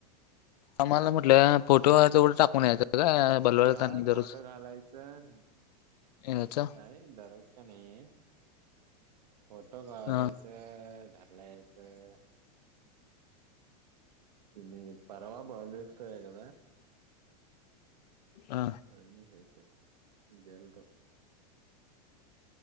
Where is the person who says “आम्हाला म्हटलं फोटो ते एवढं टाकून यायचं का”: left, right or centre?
Left